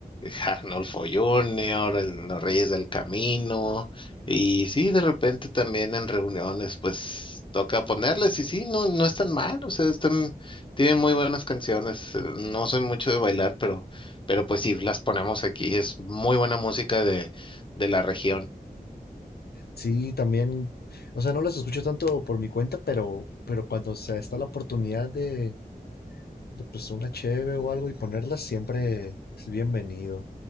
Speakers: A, on the left; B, on the left.
A: Arnolfo Junior, el- los Reyes del Camino, y sí, de repente también en reuniones, pues toca ponerles, y sí, no, no están mal, o sea, están, tienen muy buenas canciones, eh, no soy mucho de bailar, pero, pero pues sí, las ponemos aquí, es muy buena música de, de la región,
B: Sí, también, o sea, no las escucho tanto por mi cuenta, pero, pero cuando se está la oportunidad de, de pues una cheve o algo y ponerlas, siempre es bienvenido.